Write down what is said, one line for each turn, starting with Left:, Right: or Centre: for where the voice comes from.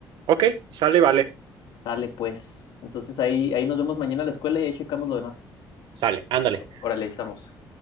Right: Ok, sale, vale,
Left: Dale, pues. Entonces ahí, ahí nos vemos mañana a la escuela y ahí checamos lo demás.
Right: sale, ándale.
Left: Órale, ahí estamos.